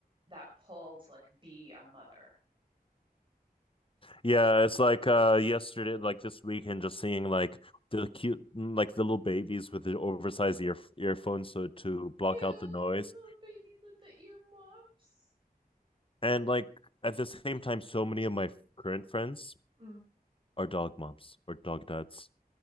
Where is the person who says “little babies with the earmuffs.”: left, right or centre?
Right